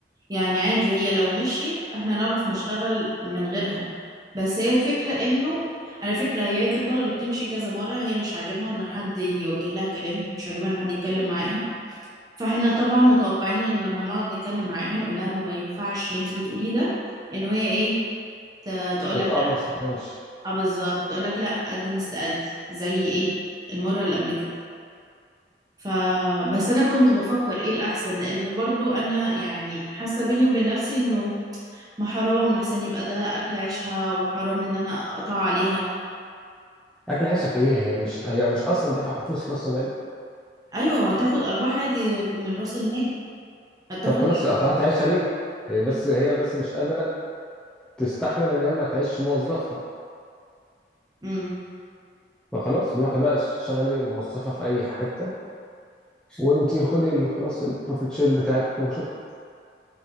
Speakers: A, on the right (about 20°); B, in the centre.
A: يعني عادي هي لو مشيت احنا نعرف نشتغل من غيرها بس هي الفكرة انه على فكرة هي كانت طلبت تمشي كذا مرة هي مش عاجبها ان حد يوجه لها كلام مش عاجبها ان حد يتكلم معاها فاحنا طبعا متوقعين ان لما نقعد نتكلم معاها نقول لها انه ما ينفعش اللي انت بتقوليه ده انه هي ايه ت- تقول
B: تتقمص
A: لك لا
B: وتمشي
A: اه بالظبط تقول لك لا قد ما استقالتي زي ايه المرة اللي قبل كده فبس انا كنت بفكر ايه الاحسن لانه برضو انا يعني حاسة بيني وبين نفسي انه ما حرام لحسن يبقى ده اكل عيشها وحرام ان انا اقطع عليها
B: اكل عيشها في ايه هي مش هي مش اصلا دافعه فلوس في راس المال
A: ايوه وهتاخد ارباح عادي من راس المال هتاخد
B: طب خلاص قطعت عيشها ليه هي بس هي بس مش قادره تستحمل ان هي ما تعيش موظفه
A: امم
B: فخلاص روحي بقى شغلي موظفه في اي حته وانت خدي ال- خلاص البروفيت شير بتاعك وشكرا